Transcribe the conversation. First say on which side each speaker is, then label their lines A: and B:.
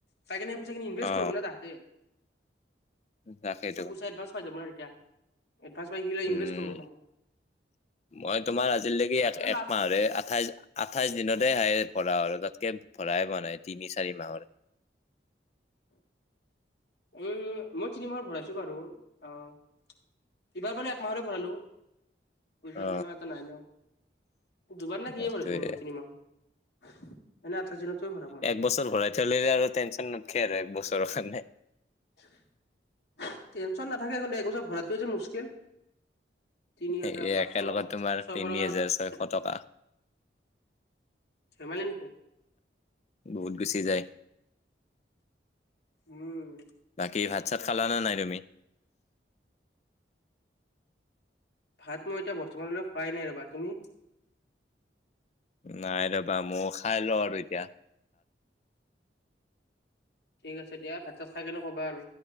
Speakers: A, on the left (about 70°); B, on the left (about 35°).
A: পাই কেনে সেই পইচাখিনি ইনভেষ্ট
B: অ
A: কৰিব না তাহাঁতি।
B: তাকেইতো
A: চব পইচা এডভান্স পাই যাব না তেতিয়া। এডভান্স পাই গিলে ইনভেষ্ট
B: উম
A: কৰিব তাহাঁতে।
B: মই তোমাৰ আজিলৈকে
A: তাতে
B: এক-একমাহৰে
A: লাভ
B: আঠাইশ আঠাইশ দিনতে হায়েষ্ট ভৰা হয় আৰু তাতকে ভৰাই পোৱা নাই, তিনি চাৰি মাহৰ।
A: উম', মই তিনিমাহৰ ভৰাইছো বাৰু অ' এইবাৰ মানে একমাহৰে ভৰালোঁ, বুজি পাইছে
B: অ
A: মানে এটা নাইনৰ। দুবাৰ নে কিয়ে
B: সেইটোয়ে
A: ভৰাইছোঁ মইও তিনিমাহৰ, এনে আঠাইশ দিনৰটোৱে ভৰাও মইয়ো।
B: <unintelligible> চলিলে আৰু টেনশ্যন নাথাকে আৰু এক বছৰৰ কাৰণে।
A: টেনশ্যন নাথাকে, কিন্তু একবছৰ ভৰাটোৱে যে মুস্কিল। তিনি হাজাৰ
B: এই
A: পাঁচশ,
B: একেলগত
A: ছয়শ
B: তোমাৰ তিনি
A: টকা
B: হেজাৰ
A: আছে।
B: ছয়শ টকা
A: ধেমালি নেকি?
B: বহুত গুচি যায়।
A: উম'
B: বাকী ভাত-চাত খালা নে নাই তুমি?
A: ভাত মই এতিয়া বৰ্তমানলৈ খোৱাই নাই ৰ'বা। তুমি
B: নাই ৰ'বা, মইয়ো খাই লওঁ আৰু এতিয়া।
A: ঠিক আছে দিয়া, ভাত-চাত খাই কেনে ক'বা আৰু।